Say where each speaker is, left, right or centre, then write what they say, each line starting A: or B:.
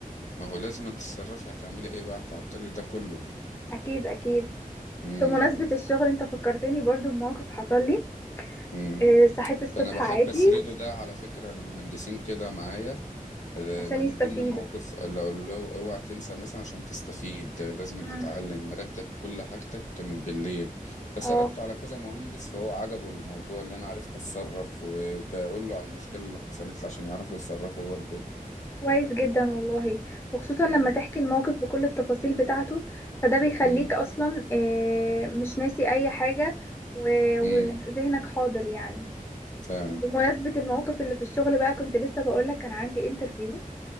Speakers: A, on the left; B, on the left.
A: ما هو لازم تتصرفي هتعملي ايه بقى هتعطلي ده كله
B: اكيد اكيد
A: امم
B: بمناسبة الشغل انت فكرتني برضه بموقف حصل لي
A: امم
B: آه، صحيت الصبح
A: فانا بحب
B: عادي
A: اسرده ده على فكرة لمهندسين كده معايا آه،
B: عشان
A: من
B: يستفيدوا
A: ضمن المواقف اللي اقول له اوعى تنسى مثلا عشان تستفيد آه، لازم أن
B: امم
A: تتعلم رتب كل حاجتك من بالليل فسردته
B: اه
A: على كذا مهندس فهو عجبه الموضوع اللي انا عرفت اتصرف وبقول له عن المشكلة اللي حصلت لي عشان يعرفوا يتصرفوا برضه
B: كويس جدا والله وخصوصا
A: امم
B: لما تحكي الموقف بكل التفاصيل بتاعته فده بيخليك
A: امم
B: اصلا آه، مش ناسي اي حاجة و- وذهنك
A: امم
B: حاضر يعني
A: فعلا
B: بمناسبة الموقف اللي في الشغل بقى كنت لسه بقولك كان عندي انترفيو